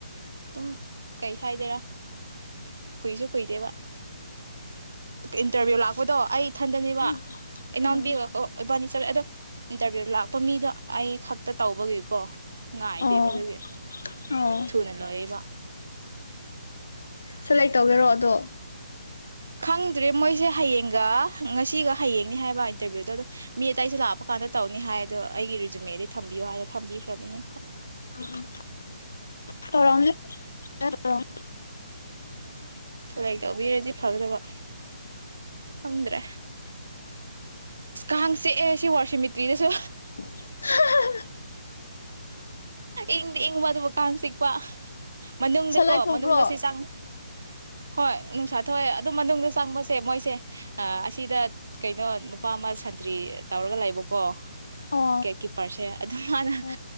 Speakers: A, on the right (about 75°); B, on the left (about 75°).
A: ꯑꯗꯨꯝ ꯀꯩꯁꯨ ꯍꯥꯏꯗꯦꯔꯥ ꯀꯨꯏꯁꯨ ꯀꯨꯏꯗꯦꯕ ꯏꯟꯇꯔꯚꯤꯌꯨ ꯂꯥꯛꯄꯗꯣ ꯊꯟꯗꯅꯤꯕ
B: ꯎꯝ
A: ꯏꯅꯥꯎꯕꯤꯣ
B: ꯎꯝ
A: ꯏꯕꯥꯅꯤ ꯆꯂꯦ ꯑꯗ ꯏꯟꯇꯔꯚꯤꯌꯨ ꯂꯥꯛꯄ ꯃꯤꯗꯣ ꯑꯩ ꯈꯛꯇ ꯇꯧꯕꯒꯤꯀꯣ ꯉꯥꯏꯗꯦꯕ
B: ꯑꯣ
A: ꯑꯗꯨꯒꯤ
B: ꯑꯣ
A: ꯊꯨꯅ ꯂꯌꯦꯦꯕ
B: ꯁꯦꯂꯦꯛ ꯇꯧꯒꯦꯔꯣ ꯑꯗꯣ
A: ꯈꯪꯗ꯭ꯔꯦ ꯃꯣꯏꯁꯦ ꯍꯌꯦꯡꯒ ꯉꯁꯤꯒ ꯍꯌꯦꯡꯅꯤ ꯍꯥꯏꯕ ꯏꯟꯇꯔꯚꯤꯌꯨꯗꯣ ꯑꯗꯣ ꯃꯤ ꯑꯇꯩꯁꯦ ꯂꯥꯛꯄ ꯀꯥꯟꯗ ꯇꯧꯅꯤ ꯍꯥꯏ ꯑꯗꯣ ꯑꯩꯒꯤ ꯔꯤꯖꯨꯃꯦꯗꯤ ꯊꯝꯕꯤꯌꯣ ꯍꯥꯏꯅ ꯊꯝꯕꯤꯈ꯭ꯔꯕꯅꯤ
B: ꯎꯝ ꯇꯔꯝꯖ <inaudible>
A: ꯆꯂꯥꯏ ꯇꯧꯕꯤꯔꯗꯤ ꯐꯈ꯭ꯔꯕ ꯍꯗ꯭ꯔꯦ ꯑ ꯀꯥꯡ ꯁꯦꯑ ꯁꯤ ꯋꯥꯔꯁꯤꯃꯤꯇ꯭ꯔꯤꯅꯁꯨ
B: <inaudible>
A: ꯏꯪꯗꯤ ꯏꯪꯕ ꯑꯗꯨꯕꯨ ꯀꯥꯡ ꯆꯤꯛꯄ ꯃꯅꯨꯡꯗꯀꯣ
B: ꯁꯂꯥꯏ ꯊꯣꯛꯄ꯭ꯔꯣ
A: ꯃꯅꯨꯡꯗ ꯆꯦ ꯆꯥꯡ ꯍꯣꯏ ꯅꯨꯡꯁꯥ ꯊꯣꯛꯑꯦ ꯑꯗꯨ ꯃꯅꯨꯡꯗ ꯆꯪꯕꯁꯦ ꯃꯣꯏꯁꯦ ꯑꯁꯤꯗ ꯀꯩꯅꯣ ꯅꯨꯄꯥ ꯑꯃ ꯁꯟꯇ꯭ꯔꯤ ꯇꯧꯔꯒ ꯂꯩꯕꯀꯣ
B: ꯑꯣ
A: ꯀꯦꯦꯛꯀꯤ ꯄꯔꯁꯦ ꯃꯥꯅ
B: ꯎꯝ